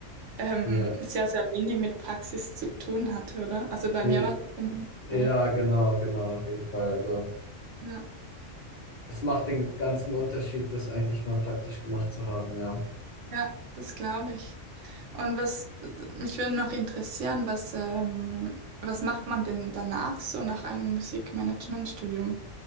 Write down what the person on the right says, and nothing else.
ähm,
sehr, sehr wenig mit Praxis zu tun hatte, oder? Also bei
mir war es zumindest
so.
Ja,
ja, das glaube ich. Und was mich würde noch interessieren, was, ähm, was macht man denn danach so nach einem Musikmanagementstudium?